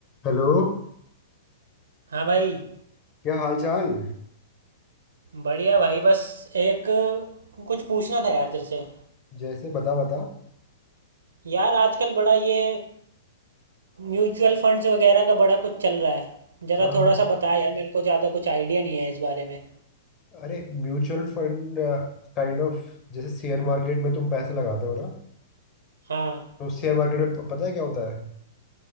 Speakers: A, on the left; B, on the right.
A: Hello
B: हाँ भाई
A: क्या हाल चाल
B: बढ़िया भाई बस एक कुछ पूछना था यार तेरे से
A: जैसे बता बता
B: यार आजकल बड़ा ये म्यूचुअल फंड्स वगैरह का बड़ा कुछ चल रहा है जरा
A: हाँ
B: थोड़ा
A: हाँ
B: सा बता यार मेरे को ज़्यादा कुछ आइडिया नहीं है इस बारे में
A: अरे म्यूचुअल फंड काइंड ऑफ जैसे शेयर मार्केट में तुम पैसे लगाते हो ना
B: हाँ
A: तो शेयर मार्केट में प- पता है क्या होता है